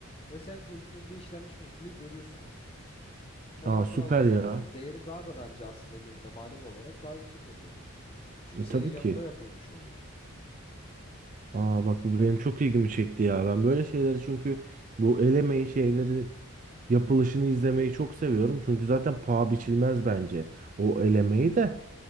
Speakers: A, on the left; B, on the right.
A: ve sen gözünün önünde işlenmiş bir şekilde görüyorsun onu. Ondan
B: Aa
A: sonra
B: süper
A: alıyorsun
B: ya.
A: onun değeri daha da bence aslında gözünde manevi olarak daha yüksek oluyor. Çünkü
B: E,
A: senin
B: tabii
A: yanında
B: ki.
A: yapılmış oluyor.
B: Aa bak bu benim çok ilgimi çekti ya. Ben böyle şeyleri çünkü bu el emeği şeyleri yapılışını izlemeyi çok seviyorum. Çünkü zaten paha biçilmez bence o el emeği de.